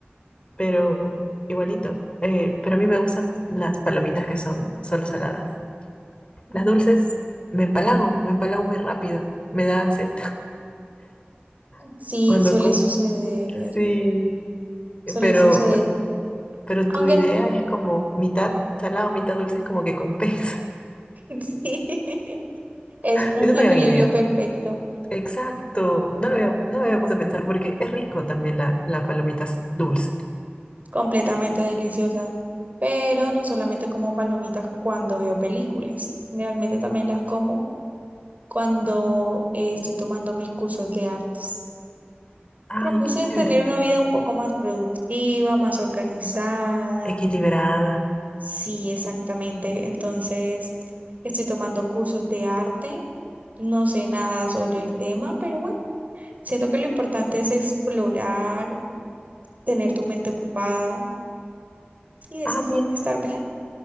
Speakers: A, on the left; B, on the right.
A: pero igualito, eh, pero a mí me gustan las palomitas que son solo saladas,
B: mm,
A: las dulces, me empalago, me empalago muy rápido, me da sed <laughs>
B: Sí,
A: cuando
B: suele
A: como.
B: suceder,
A: Sí,
B: suele
A: pero,
B: suceder.
A: pero
B: Aunque
A: tu idea
B: n-
A: es como mitad salado, mitad dulce, es como que compensa.
B: <laughs> sí, es
A: <laughs>
B: un
A: Es una
B: equilibrio
A: gran idea.
B: perfecto,
A: Exacto. No lo había, no me había puesto a pensar porque es rico también la, la palomita s- dulce.
B: completamente deliciosa. Pero no solamente como palomitas cuando veo películas, generalmente también las como cuando eh, estoy tomando mis cursos de artes.
A: Ay,
B: propuse
A: qué chévere.
B: tener una vida un poco más productiva, más organizada.
A: Equilibrada.
B: Sí, exactamente. Entonces, estoy tomando cursos de arte. No sé nada sobre el tema, pero bueno, siento que lo importante es explorar, tener tu mente ocupada y de
A: Ah,
B: esa forma
A: mira.
B: estar bien.